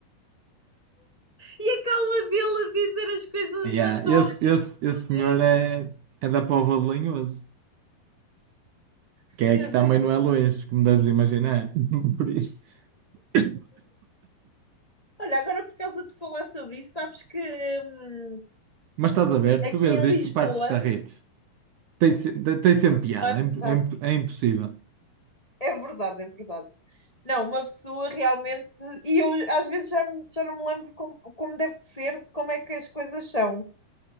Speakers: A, on the left; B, on the right.
A: E a calma dele a dizer as coisas
B: Yeah,
A: matou-me
B: esse, esse, esse
A: também.
B: senhor é, é da Póvoa de Lanhoso, que é
A: Meu
B: que também
A: Deus.
B: não é longe, como deves imaginar. <laughs> Por isso. <coughs>
A: Olha, agora por causa de falar sobre isso, sabes que hum,
B: Mas estás a ver,
A: aqui
B: tu vês
A: em
B: isto,
A: Lisboa,
B: partes-te a rir. Tem, se- tem sempre piada,
A: não é
B: é,
A: verdade,
B: imp- é imp- é impossível.
A: é verdade, é verdade. Não, uma pessoa realmente, e eu às vezes já, me- já não me lembro como, como deve de ser, de como é que as coisas são.